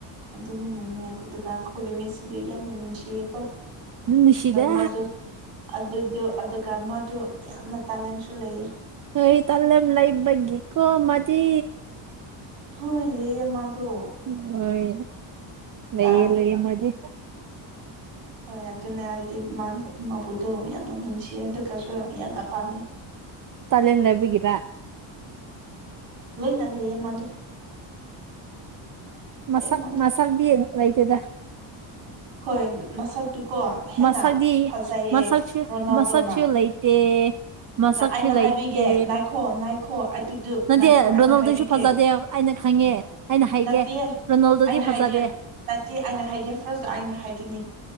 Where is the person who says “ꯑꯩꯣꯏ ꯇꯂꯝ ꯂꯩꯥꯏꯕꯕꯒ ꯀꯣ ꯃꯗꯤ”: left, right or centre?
Right